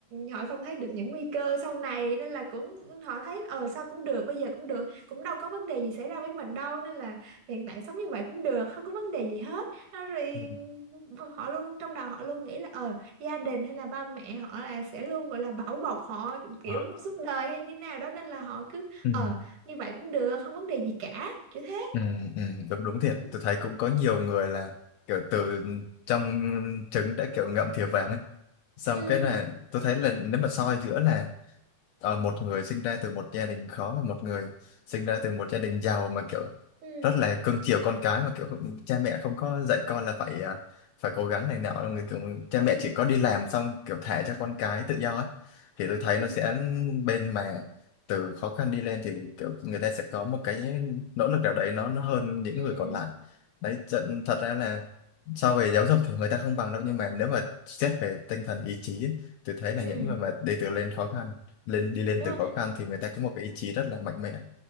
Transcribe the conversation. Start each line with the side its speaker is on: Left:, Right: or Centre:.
Right: họ không thấy được những nguy cơ sau này nên là cũng họ thấy ờ sao cũng được bây giờ cũng được cũng đâu có vấn đề gì xảy ra với mình đâu nên là hiện tại sống như vậy cũng được không có vấn đề gì hết Nó rồi
Left: Ừ.
Right: họ luôn trong đầu họ luôn nghĩ là ờ gia đình hay là ba mẹ họ là sẽ luôn gọi là bảo bọc họ kiểu
Left: Ờ.
Right: suốt đời hay như nào đó nên là họ cứ
Left: Ừ.
Right: ờ như vậy cũng được không vấn đề gì cả kiểu thế
Left: Ừ. Ừ. đúng đúng
Right: ừ
Left: thiệt tôi thấy cũng có nhiều người là kiểu từ trong trứng đã kiểu ngậm thìa vàng xong
Right: ừ
Left: cái là tôi thấy là nếu mà soi giữa là ờ, một người sinh ra từ một gia đình khó và một người sinh ra từ một gia đình giàu mà kiểu
Right: ừ
Left: rất là cưng chiều con cái mà kiểu cha mẹ không có dạy con là phải ờ, phải cố gắng này nọ người kiểu cha
Right: ừ
Left: mẹ chỉ có đi làm xong kiểu thả cho con cái tự do ấy. thì tôi thấy
Right: ừ
Left: nó sẽ bên mà từ khó khăn đi lên thì kiểu người ta sẽ có một cái nỗ lực nào đấy nó nó hơn những
Right: ừ
Left: người còn lại đấy thật thật ra là so về giáo dục thì người ta không bằng đâu nhưng mà nếu mà xét về tinh thần ý chí ấy, tôi thấy là
Right: ừ.
Left: những người mà đi từ lên khó khăn lên đi lên
Right: đúng
Left: từ
Right: rồi
Left: khó khăn thì người ta có một cái ý chí rất là mạnh mẽ